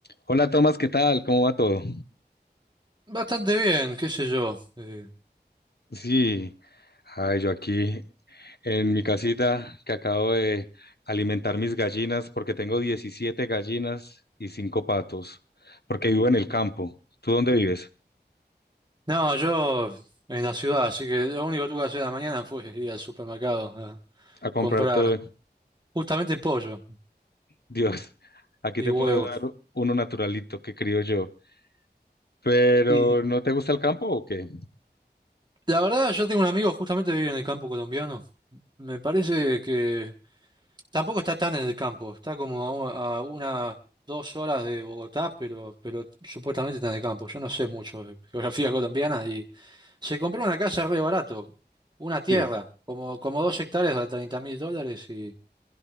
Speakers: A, on the left; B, on the right.
A: Hola Tomás, ¿qué tal? ¿Cómo va todo?
B: Bastante bien, qué sé yo. Eh,
A: Sí, ay, yo aquí en mi casita que acabo de alimentar mis gallinas porque tengo 17 gallinas y 5 patos, porque vivo en el campo. ¿Tú dónde vives?
B: no, yo en la ciudad, así que lo único que tuve que hacer en la mañana fue ir al supermercado a
A: A comprar
B: comprar
A: todo.
B: justamente pollo
A: Dios, aquí
B: y
A: te
B: huevos.
A: puedo dar uno naturalito que crío yo. Pero
B: Y
A: ¿no te gusta el campo o qué?
B: la verdad, yo tengo un amigo justamente que vive en el campo colombiano. Me parece que tampoco está tan en el campo, está como a, u- a unas dos horas de Bogotá, pero, pero supuestamente está en el campo. Yo no sé mucho de geografía colombiana y se compró una casa re barato, una tierra,
A: Sí.
B: como, como dos hectáreas a treinta mil dólares y...